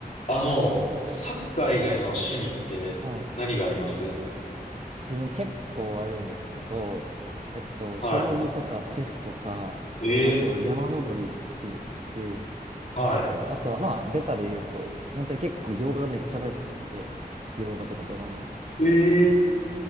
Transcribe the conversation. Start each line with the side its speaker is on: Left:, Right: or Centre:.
Left: あの、サッカー以外の趣味って何があります
Right: はい。自分結構あるんですけど、えっと、
Left: は
Right: 将棋とかチェスとか、
Left: い。
Right: あとは山登りも好きですし、
Left: ええはい。
Right: あとはまあ、ベタで言うと、本当に結構洋画がめっちゃ大好きなんで、洋画とかドラマ見たりしますね。
Left: ええ